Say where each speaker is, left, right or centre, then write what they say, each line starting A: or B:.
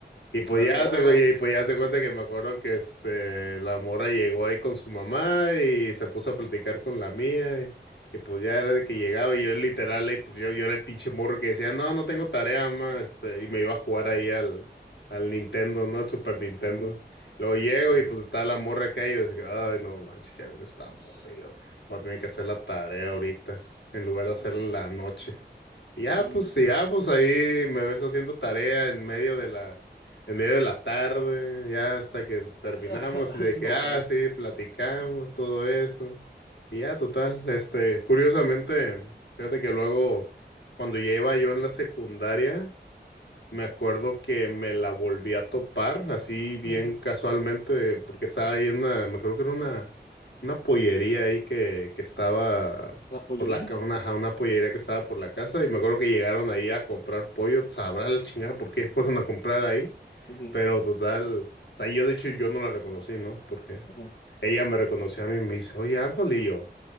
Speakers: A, on the left; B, on the left.
A: Y pues
B: No hay
A: ya
B: pedo.
A: te, y pues ya te cuenta que me acuerdo que este la morra llegó ahí con su mamá y se puso a platicar con la mía y, y pues ya era de que llegaba y yo literal ahí, pues yo, yo era el pinche morro que decía, "No, no tengo tarea, mamá", este y me iba a jugar ahí al al Nintendo, ¿no? El Super Nintendo.
B: Ujú.
A: Luego llego y pues estaba la morra acá y yo dije, "Ay, no manches, ya vino esta morra,
B: Tss,
A: y yo voy a tener que hacer la tarea ahorita
B: tss,
A: en lugar de hacerla
B: Y,
A: en la noche." Y ya
B: y...
A: pues sí, ya pues ahí me ves haciendo tarea en medio de la en medio de la tarde, ya hasta que terminamos
B: <laughs>
A: y de
B: bien
A: que,
B: enojado.
A: ah, sí, platicamos, todo eso. Y ya, total, este, curiosamente, fíjate que luego, cuando ya iba yo en la secundaria, me acuerdo que me la volví a topar, así bien
B: Ujú.
A: casualmente, porque estaba ahí en una, me creo que era una, una pollería ahí que, que estaba
B: ¿La pollería?
A: por la, ca- una, ajá, una pollería que estaba por la casa, y me acuerdo que llegaron ahí a comprar pollo, sabrá la chingada por qué fueron a comprar ahí.
B: Ujú,
A: Pero total, o sea, yo de hecho yo no la reconocí, ¿no? Porque
B: ujú,
A: ella me reconoció a mí y me dice, oye, Arnold, y yo,